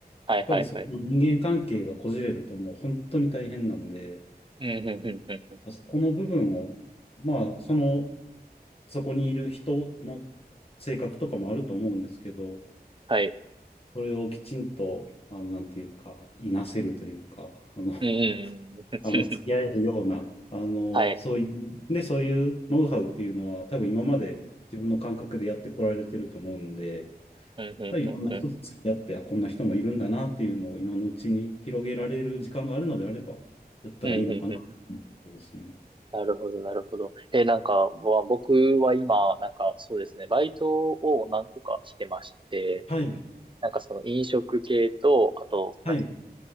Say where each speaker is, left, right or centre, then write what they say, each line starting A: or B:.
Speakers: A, on the right; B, on the left.
A: はいはいはい。
B: やっぱりそこの人間関係がこじれるともう本当に大変なんで、
A: うんうんうんうんうん
B: そこの部分を、まあ、その、そこにいる人の性格とかもあると思うんですけど、
A: はい。
B: それをきちんと、あの、なんていうか、いなせるというか、あの、
A: うんうんうんうん
B: あの、付き合えるような、あの、
A: はい。
B: そういう、で、そういうノウハウっていうのは、多分今まで自分の感覚でやってこられてると思うんで、やっ
A: うんうんうんうん
B: ぱりいろんな人と付き合って、あ、こんな人もいるんだなっていうのを今のうちに広げられる時間があるのであれば、やったらいいのかなと思うそうですね。
A: うんうんうんうんなるほど、なるほど。え、なんか、ぼ僕は今、なんかそうですね、バイトを何個かしてまして、
B: はい、
A: なんかその飲食系と、あと、
B: はい、
A: なんて